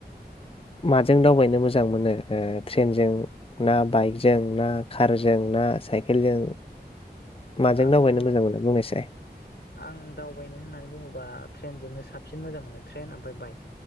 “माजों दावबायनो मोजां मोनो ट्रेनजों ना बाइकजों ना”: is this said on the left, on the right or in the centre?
Left